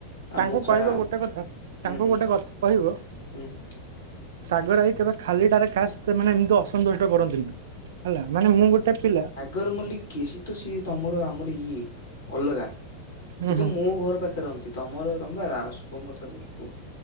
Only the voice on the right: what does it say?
ତାଙ୍କୁ
କହିବ ଗୋଟେ କଥା।
ତାଙ୍କୁ
ଗୋଟେ କଥା କହିବ।
ସାଗରଭାଇ କେବେ ଖାଲିଟାରେ କାହା ସହିତ ମାନେ ଏମିତି ଅସୁନ୍ଦରଟେ କରନ୍ତିନି ହେଲା, ମାନେ ମୁଁ ଗୋଟେ ପିଲା
ହୁଁ
ହୁଁ